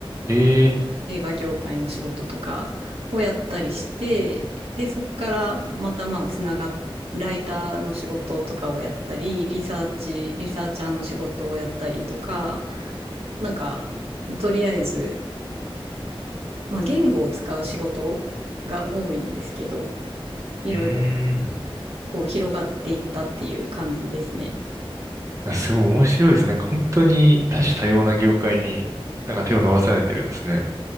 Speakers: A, on the right; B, on the right.
A: ええ
B: 映画業界の仕事とかをやったりして、で、そこからまたまあつながっライターの仕事とかをやったり、リサーチ、リサーチャーの仕事をやったりとか、なんか、とりあえず、まあ言語を使う仕事が多いんですけど、いろいろ
A: ーうーん。
B: こう広がっていったっていう感じですね。
A: あすごい面白いですね。なんか本当に多種多様な業界になんか手を伸ばされてるんですね。